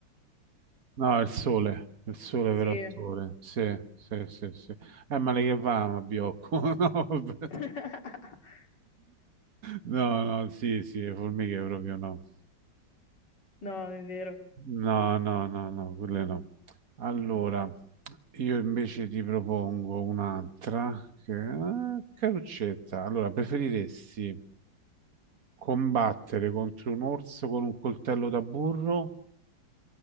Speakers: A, on the right; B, on the left.
A: No, il sole, il sole
B: Sì.
A: vero il sole, sì, sì, sì, sì. Eh, ma lei che va, ma Biocco? <laughs> No, vabbè.
B: <laughs>
A: no, no, sì, sì, le formiche proprio no.
B: No, è vero.
A: No, no, no, no, quelle no. Allora, io invece ti propongo un'altra, che... ah, caruccetta. Allora, preferiresti combattere contro un orso con un coltello da burro,